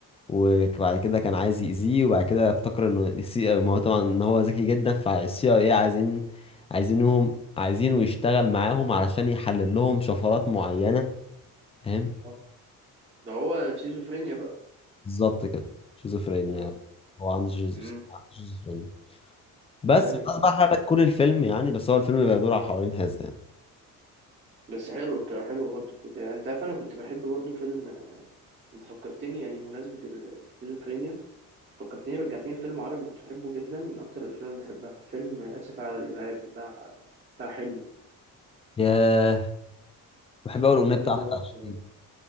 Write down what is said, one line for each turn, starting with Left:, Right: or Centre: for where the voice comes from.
Left: وبعد كده كان عايز يأذيه وبعد كده افتكر انه السي آه، ما هو طبعا ان هو ذكي جدا فالسي اي اي عايزين عايزينهم عايزينه يشتغل معاهم علشان يحلل لهم شفرات معينة فاهم
Right: آه. ده هو شيزوفرينيا بقى
Left: بالظبط كده شيزوفرينيا
Right: اه
Left: هو عنده شيزوف-
Right: امم
Left: عنده شيزوفرينيا بس
Right: ايوه
Left: خلاص بقى حرق كل الفيلم يعني بس هو الفيلم بيدور على حوالين هذا يعني
Right: بس حلو ك- حلو برضه الفكرة يعني انت عارف انا كنت بحب برضه فيلم انت فكرتني يعني بمناسبة الشيزوفرينيا فكرتني رجعتني لفيلم عربي كنت بحبه جدا من اكتر الافلام اللي بحبها فيلم اسف على الازعاج بتاع بتاع حلمي
Left: ياه بحب اول الاغنيه
Right: الفيلم
Left: بتاعت
Right: ده كنت
Left: 20
Right: بحبه